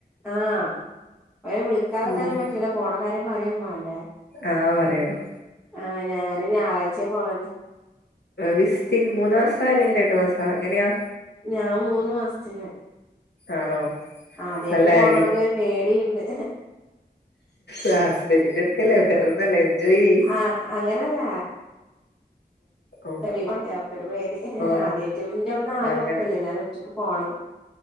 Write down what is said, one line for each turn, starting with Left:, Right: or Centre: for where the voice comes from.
Centre: ആഹ അയ് വിളിക്കാതിരിക്കാനും
Left: ഉം
Centre: പറ്റൂല പോണ കാര്യം പറയും മാണ്ടേ
Left: ആ പറയണം
Centre: ആ ഞാന് ഞായറാഴ്ചെ പോണത്
Left: വിസ്റ്റിങ് മൂന്നു മാസാ അല്ലെങ്കിൽ രണ്ടു മാസാ എങ്ങനെയാ
Centre: ഞാൻ മൂന്ന് മാസത്തിന്
Left: ആണോ
Centre: ആദ്യായിട്ട്
Left: നല്ല
Centre: പോണോണ്ട്
Left: കാര്യം
Centre: ഒരു പേടിണ്ട്.
Left: ഹസ്ബൻഡിന്റെട്ക്കല്ലേ വേറൊന്നല്ല എൻജോയ് ചെയ്യ്
Centre: ആഹ് അങ്ങനെല്ല
Left: ഓ
Centre: <unintelligible> അപ്പൊര് പേടി
Left: ഓ
Centre: ആദ്യായിറ്റ് ഇന്റാേട്ന്ന് ആരും
Left: അങ്ങനെ
Centre: ഒപ്പല്ലേ ഞാനാെറ്റക്ക് പോണം